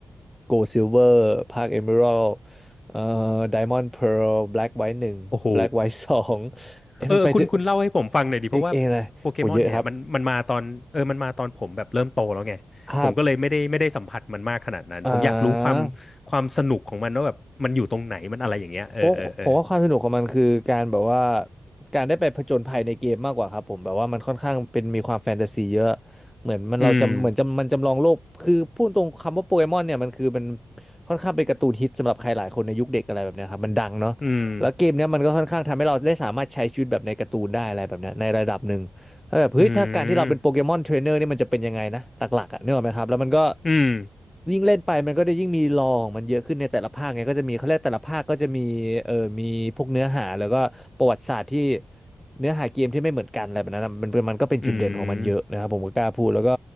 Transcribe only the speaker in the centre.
Gold Silver ภาค Emerald เอ่อ Diamond Pearl Black White หนึ่ง
Black White <laughs> สองเอ๊ะมันไปถึง
เอ็กซ์เอนะเลโหเยอะครับครับอ่า
เพราะผมว่าความสนุกของมันคือการแบบว่าการได้ไปผจญภัยในเกมมากกว่าครับผมแบบว่ามันค่อนข้างเป็นมีความแฟนตาซีเยอะเหมือนมันเราจำเหมือนจำมันจำลองโลกคือพูดตรงคำว่าโปเกมอนเนี่ยมันคือมัน
ค่อนข้างเป็นการ์ตูนฮิตสำหรับใครหลายคนในยุคเด็กอะไรแบบเนี้ยครับมันดังเนาะแล้วเกมเนี้ยมันก็ค่อนข้างทำให้เราได้สามารถใช้ชีวิตแบบในการ์ตูนได้อะไรแบบเนี้ยในระดับหนึ่ง
เออแบบเฮ้ยถ้าการที่เราเป็นโปเกมอนเทรนเนอร์นี่มันจะเป็นยังไงนะหลักๆอ่ะนึกออกไหมครับแล้วมันก็
ยิ่งเล่นไปมันก็ได้ยิ่งมีลอของมันเยอะขึ้นในแต่ละภาคไงก็จะมีเขาเรียกแต่ละภาคก็จะมีเออมีพวกเนื้อหาแล้วก็ประวัติศาสตร์ที่เนื้อหาเกมที่ไม่เหมือนกันอะไรแบบนั้นนะมันเป็นมันก็เป็นจุดเด่นของมันเยอะนะครับผมก็กล้าพูดแล้วก็